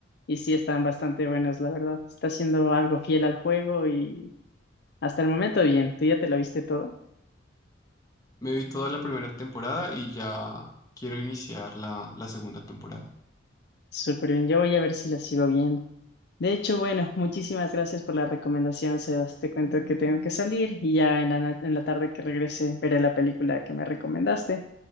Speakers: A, on the left; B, on the left.
A: y sí están bastante buenos, la verdad. Está siendo algo fiel al juego y hasta el momento bien. ¿Tú ya te la viste toda?
B: Me vi toda la primera temporada y ya quiero iniciar la, la segunda temporada.
A: Súper bien. Yo voy a ver si la sigo viendo. De hecho, bueno, muchísimas gracias por la recomendación, Sebas. Te cuento que tengo que salir y ya en la, na- en la tarde que regrese veré la película que me recomendaste